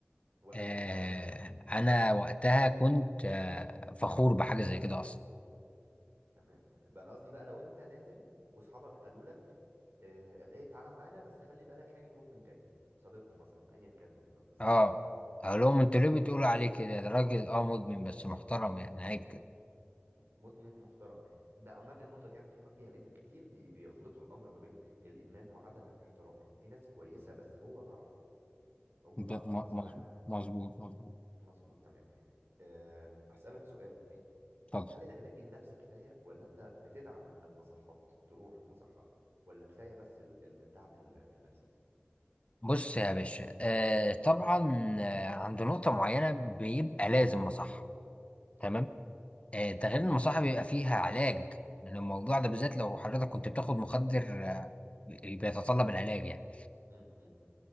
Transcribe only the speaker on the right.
ولا
انت هتقتنع
تمام تمام بقى انا قصدي بقى لو انت نازل واصحابك قالوا لك آه، ايه تعالى معانا بس خلي بالك هاني مدمن جاي صديقه مثلا ايا كان م- مثال
م- مدمن محترم ده عامة النقطة دي عايز أكلمك فيها لأن كتير بي بيخلطوا الأمر ما بين الإدمان وعدم الاحترام في ناس كويسة بس هو ضعف هو ضعف
غصب
عنه
مظبوط تمام أه هسألك سؤال تاني
هل العلاج النفسي كفاية ولا أنت بتدعم المصحات تروح مصحة ولا كفاية بس ال- ال- الدعم ال- النفسي؟
مم،
أكيد
مم، مم.